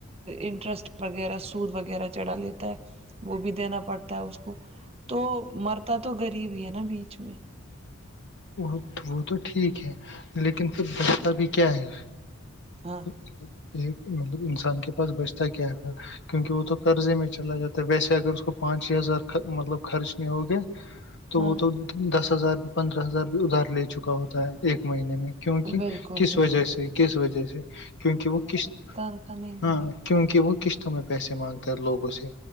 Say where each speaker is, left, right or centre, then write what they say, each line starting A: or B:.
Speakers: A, on the right; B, on the left.
A: انٹرسٹ وغیرہ سود وغیر چڑا لیتا ہے وہ بھی دینا پڑتا ہے اس کو تو مرتا تو غریب ہی ہے نا بیچ میں
B: وہ وہ تو ٹھیک ہے لیکن پھر بستہ بھی کیا ہے
A: ہاں
B: مطلب یہ مطلب انسان کے پاس بچتا کیا ہے کیونکہ وہ تو قرضے میں چلا جاتا ہے ویسے اگر اس کو پانچ چھ ہزار مطلب خرچنے ہوگے تو
A: ہاں
B: وہ تو دس ہزار بھی پندرہ ہزار بھی ادھار لے چکا ہوتا ہے ایک مہینے میں کیونکہ
A: بالکل
B: کس
A: بالکل
B: وجہ سے کس وجہ سے کیونکہ وہ کس
A: د کان
B: ہاں
A: ملے
B: کیونکہ وہ قسطوں میں پیسے مانگتا ہے لوگوں سے